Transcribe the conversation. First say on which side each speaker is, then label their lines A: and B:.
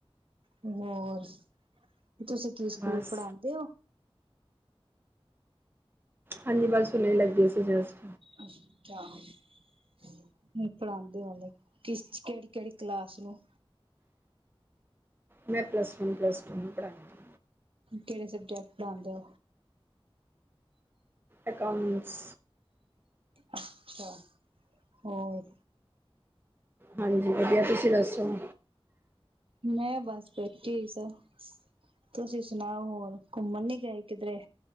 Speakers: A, on the right; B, on the right.
A: ਹੋਰ ਤੁਸੀਂ ਕੀ ਸਕੂਲ
B: ਬਸ
A: ਪੜਾਉਂਦੇ ਹੋ
B: ਹਾਂਜੀ ਬਸ ਹੁਣੇ ਲੱਗਦੀ ਸੀ ਜਸਟ
A: ਅੱਛਾ ਕੀ ਪੜ੍ਹਾਉਂਦੇ ਹੁਣੇ ਕਿਸ ਕਿਹੜੀ ਕਿਹੜੀ ਕਲਾਸ ਨੂੰ
B: ਮੈਂ ਪਲਸ ਵਨ ਪਲਸ ਟੂ ਨੂੰ ਪੜਾਉਂਦੀ
A: ਕਿਹੜੇ ਸਬਜੈਕਟ ਆਉਂਦੇ
B: ਅਕਾਊਂਟਸ
A: ਅੱਛਾ ਹੋਰ
B: ਹਾਂਜੀ ਵਧੀਆ ਤੁਸੀਂ ਦੱਸੋ
A: ਮੈਂ ਬਸ ਬੈਠੀ ਹੋਈ ਸਰ ਤੁਸੀਂ ਸੁਣਾਓ ਹੋਰ ਘੁੰਮਣ ਨੀ ਗਏ ਕਿਧਰੇ